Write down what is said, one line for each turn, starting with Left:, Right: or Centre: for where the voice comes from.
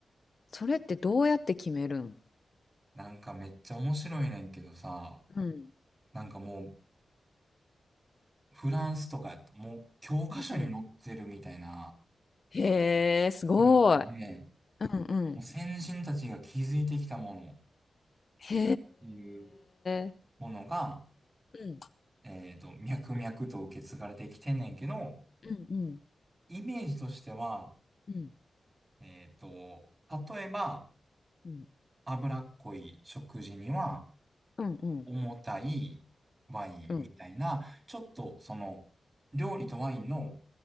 Left: それってどうやって決めるん
Right: なんかめっちゃ面白いねんけどさ、
Left: うん。
Right: なんかもう、フランスとかやった、もう教科書に載ってるみたいな
Left: うんうん。へえ、すごい。
Right: なんで、
Left: うんうん。
Right: もう先人たちが築いてきたものっ
Left: へ
Right: ていう
Left: え。
Right: ものが、
Left: うん
Right: えっと、脈々と受け継がれてきてんねんけど、
Left: うんうん
Right: イメージとしては、
Left: うん
Right: えっと、例えば、
Left: うん
Right: 脂っこい食事には
Left: うんうん。
Right: 重たいワインみたいな、
Left: うん。
Right: ちょっとその、料理とワインの